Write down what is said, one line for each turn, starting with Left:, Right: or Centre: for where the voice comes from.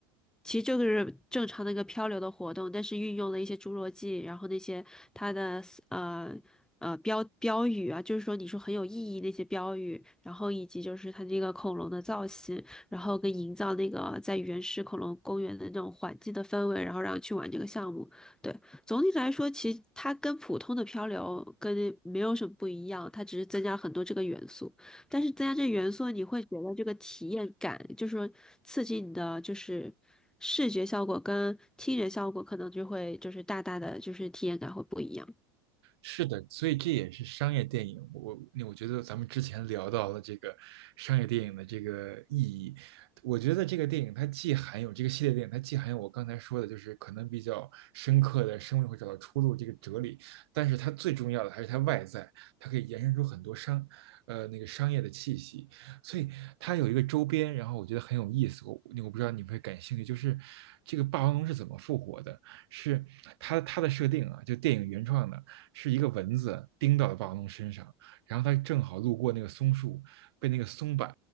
Centre: 其实就是正常的一个漂流的活动，但是运用了一些侏罗纪，然后那些它的呃呃标标语啊，就是说你说很有意义那些标语，然后以及就是它这个恐龙的造型，然后跟营造那个在原始恐龙公园的那种环境的氛围，然后让去玩这个项目。对，总体来说，其实它跟普通的漂流跟没有什么不一样，它只是增加了很多这个元素。但是增加这元素，你会觉得这个体验感，就是说刺激你的就是视觉效果跟听觉效果，可能就会就是大大的就是体验感会不一样。
Right: 是的，所以这也是商业电影。我那我觉得咱们之前聊到了这个商业电影的这个意义，我觉得这个电影它既含有这个系列电影，它既含有我刚才说的，就是可能比较深刻的生命会找到出路这个哲理，但是它最重要的还是它外在，它可以延伸出很多商呃那个商业的气息，所以它有一个周边，然后我觉得很有意思。我我不知道你会感兴趣，就是这个霸王龙是怎么复活的？是它它的设定啊，就电影原创的。是一个蚊子叮到了霸王龙身上，然后它正好路过那个松树，被那个松柏